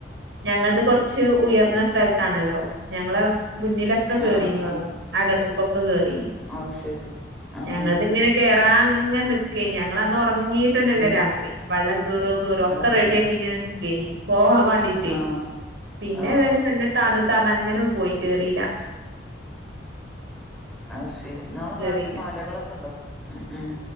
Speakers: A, on the right; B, in the centre.
A: ഞങ്ങളത് കൊറച്ച് ഉയർന്ന സ്ഥലത്താണല്ലോ ഞങ്ങള മുന്നിലൊക്കെ കേറീനി
B: ആഹ് ആഹ്
A: വെള്ളം അകത്തക്കൊെ കേറിനി
B: അത് ശരി ആഹ്
A: ഞങ്ങൾതിങ്ങനെ ഇത്ര അങ്ങെ നിക്കേ ഞങ്ങന്ന ഉറങ്ങീട്ടന്നെല്ലേ
B: ഉം
A: രാത്രി വള്ളം കേറോ കറോ ഒക്കെ
B: അത്
A: റെഡിയ
B: ശരി
A: ആക്കി ഇങ്ങനെ നക്കേനി പോം വണ്ടീട്ട
B: ആഹ്
A: പിന്നെ
B: ആഹ്
A: ഏതായാലും നല്ല താ താന്ന അങ്ങനെ പോയി ചെറില
B: അ ശെരി ഇള്
A: കേറിയില്ല
B: ഭാഗത്ത് മലകളൊക്കെ ഉണ്ടോ ഉം ഉം